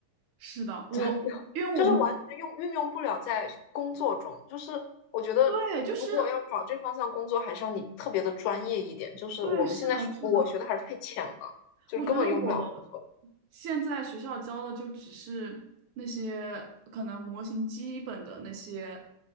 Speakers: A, on the right; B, on the left.
A: 是的，我因为我们
B: 真的 <laughs> 就是完全用运用不了在工作中。就是我觉得，
A: 对，就是
B: 如果要找这方向工作，还是要你特别的专业一点。就是我们现在学我学的还是太浅了，
A: 对，是的，是的，
B: 就是根本用不了工作。
A: 我觉得我现在学校教的就只是那些可能模型基本的那些